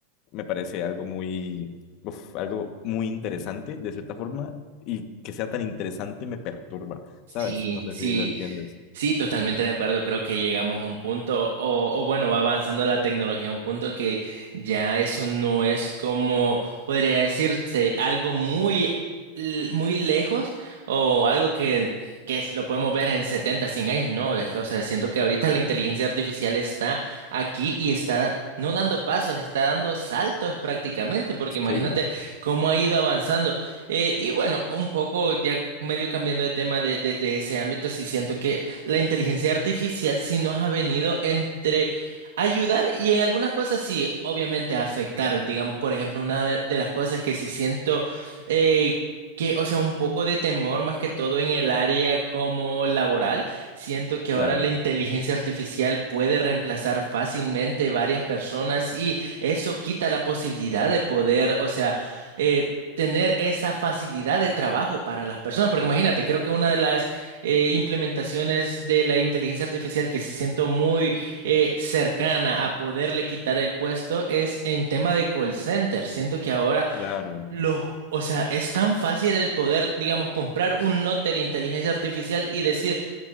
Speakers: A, on the left (about 50°); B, on the right (about 80°).
A: me parece algo muy, uf, algo muy interesante de cierta forma. Y que sea tan interesante me perturba,
B: Sí,
A: ¿sabes? No sé
B: sí.
A: si lo entiendes.
B: Sí, totalmente de acuerdo. Creo que llegamos a un punto, o, o bueno, va avanzando la tecnología a un punto que ya eso no es como, podría decirse, algo muy, l- muy lejos o algo que, que es- lo podemos ver en 70, 100 años. No, es- o sea, siento que ahorita la inteligencia artificial está aquí y está no dando pasos, está dando saltos prácticamente, porque imagínate
A: Sí,
B: cómo ha ido avanzando. Eh, y bueno, un poco ya medio cambiando de tema de, de, de ese ámbito, sí siento que la inteligencia artificial sí nos ha venido entre ayudar y en algunas cosas sí, obviamente afectar. Digamos, por ejemplo, una de de las cosas que sí siento eh, que, o sea, un poco de temor más que todo en el área como laboral. Siento que
A: claro,
B: ahora la inteligencia artificial puede reemplazar fácilmente varias personas y eso quita la posibilidad de poder, o sea, eh, tener esa facilidad de trabajo para las personas, porque imagínate, creo que una de las eh, implementaciones de la inteligencia artificial que sí siento muy eh, cercana a poderle quitar el puesto es en tema de call center. Siento que ahora
A: claro,
B: los, o sea, es tan fácil el poder, digamos, comprar un lote de inteligencia artificial y decir